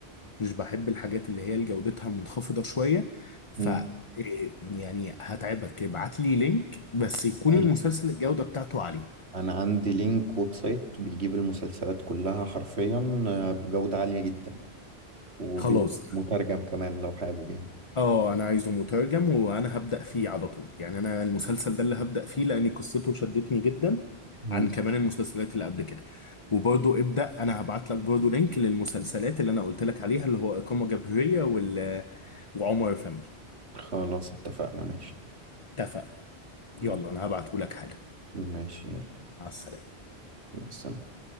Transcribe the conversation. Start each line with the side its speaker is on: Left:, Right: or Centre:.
Left: مش بحب الحاجات اللي هي جودتها منخفضة شوية ف
Right: مم.
Left: آه، يعني هتعبك ابعت لي لينك بس يكون
Right: ماشي.
Left: المسلسل الجودة بتاعته عالية
Right: أنا عندي لينك ويب سايت بيجيب المسلسلات كلها حرفيا آه، بجودة عالية جدا ومترجم
Left: خلاص
Right: كمان لو حابب يعني
Left: اه انا عايزه مترجم وانا هبدأ فيه على طول يعني انا المسلسل ده اللي هبدأ فيه لان قصته شدتني جدا
Right: مم.
Left: عن كمان المسلسلات اللي قبل كده وبرضو ابدأ انا هبعت لك برضو لينك للمسلسلات اللي انا قلت لك عليها اللي هو إقامة جبرية وال وعمر فندي
Right: خلاص اتفقنا ماشي
Left: اتفق يلا
Right: ماشي
Left: انا هبعته لك حالا
Right: ماشي يلا
Left: مع السلامة
Right: مع السلامة